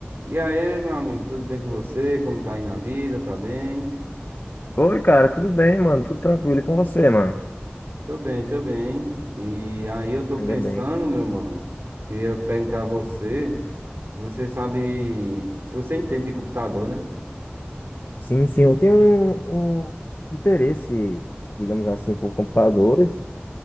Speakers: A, on the right; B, on the left.
A: E aí, meu amigo, tudo bem com você? Como tá aí na vida? Tá bem?
B: Oi, cara, tudo bem, mano? Tudo tranquilo e com você, mano?
A: Tô bem, tô bem. E aí eu tô
B: Ainda
A: pensando,
B: bem.
A: meu mano, queria perguntar a você, se você sabe, se você entende de computador, né?
B: Sim, sim, eu tenho um, um interesse, digamos assim, por computadores.